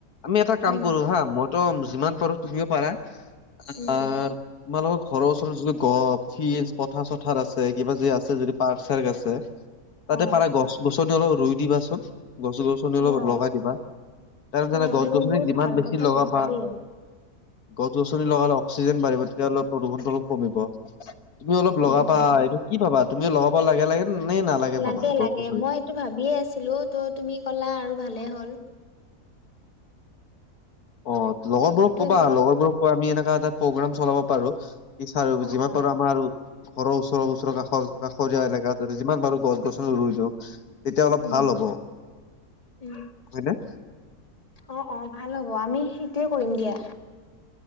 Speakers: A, on the left; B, on the left.
A: আমি এটা
B: উম
A: কাম কৰো হা মই ত যিমান পাৰো তুমিও পাৰা আহ
B: উম
A: তোমালোকৰ
B: উম
A: ঘৰৰ ওচৰত যদি গপ ফিজ পথাৰ চথাৰ আছে কিবা যি আছে যদি পাৰ্ক চাৰ্ক আছে তাতে
B: অ
A: পাৰা গছ গছনি অলপ ৰুই দিবাচোন। গছ গছনি
B: অ
A: অলপ লগাই দিবা, ত জানে
B: অ',
A: গছ
B: তুমি
A: গছনি
B: বহুত
A: যিমান
B: ভাল
A: বেছি
B: কথা
A: লগাবা
B: কৈছা দেই,
A: গছ গছনি লগালে অক্সিজেন বাঢ়িব তেতিয়া অলপ প্ৰদূষণটো অলপ কমিব, তুমি অলপ লগাবা
B: উম, উম।
A: এইটো কি পাবা তুমি লগাবা লাগে লাগে নে নালাগে
B: লাগে
A: ভাবা
B: লাগে
A: গছ গছনি
B: মই এইটো ভাবিয়ে আছিলো ত' তুমি ক'লা আৰু ভালে হ'ল।
A: অ লগৰবোৰক
B: মইতো
A: কবা
B: এনেকুৱা
A: লগৰবোৰক কোৱা আমি এনেকা এটা প্ৰগ্ৰম চলাব পাৰো। ইছাৰ
B: অ',
A: যিমান
B: অ',
A: পাৰো আমাৰ আৰু ঘৰৰ ওচৰ ওচৰ কা কাষৰ কাষৰীয়া এলেকাত যিমান পাৰো গছ গছনি ৰুই দিওঁ। তেতিয়া অলপ
B: উম,
A: ভাল হ'ব
B: উম।
A: হয়নে?
B: অ', ভাল হ'ব অ আমি সেইটোয়ে কৰিম দিয়া।